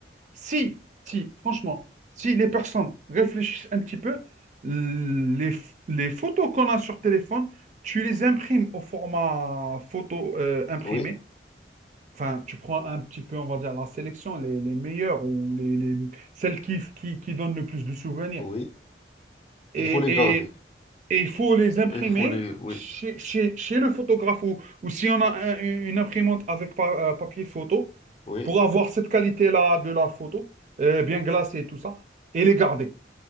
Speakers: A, on the right; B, on the left.
A: Si, si, franchement, si les personnes réfléchissent un petit peu, les, les photos qu'on a sur téléphone, tu les imprimes au format photo euh, imprimé.
B: Oui,
A: Enfin, tu prends un petit peu, on va dire, la sélection, les, les meilleures ou les, les- celles qui, qui, qui donnent le plus de souvenirs.
B: oui.
A: Et,
B: Il faut les garder.
A: et il faut les imprimer
B: Il faut les... Oui,
A: chez, chez- chez le photographe ou, ou si on a un- une imprimante avec pa- euh, papier photo,
B: oui,
A: pour avoir cette qualité-là de la photo, euh, bien glacée et tout ça, et les garder.